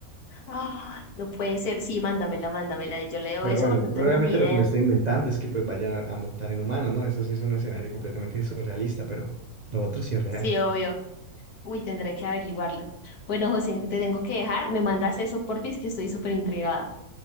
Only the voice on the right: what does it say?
Pero
bueno,
obviamente
lo que me estoy inventando es que pues vayan a, a mutar en humanos, ¿no? Eso sí es un escenario completamente surrealista, pero lo otro sí es real.